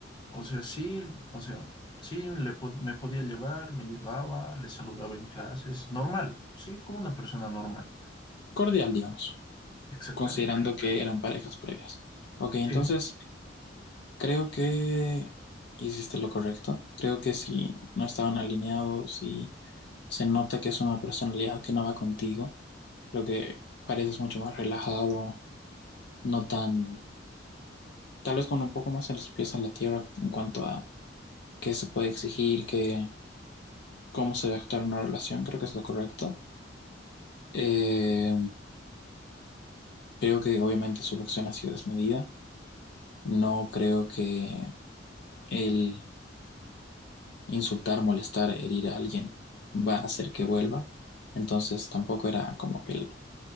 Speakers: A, on the left (about 25°); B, on the left (about 60°).
A: o sea, sí, o sea, sí, le po me podía llevar, me llevaba, le saludaba en clases, normal, sí, como una persona normal,
B: cordial, digamos,
A: exactamente.
B: considerando que eran parejas previas. Ok, entonces
A: Sí,
B: creo que hiciste lo correcto. Creo que si no estaban alineados y se nota que es una personalidad que no va contigo, creo que pareces mucho más relajado, no tan tal vez con un poco más en los pies en la tierra en cuanto a qué se puede exigir, qué, cómo se debe actuar en una relación, creo que es lo correcto. Eh, creo que obviamente su reacción ha sido desmedida. No creo que el insultar, molestar, herir a alguien va a hacer que vuelva. Entonces tampoco era como que el,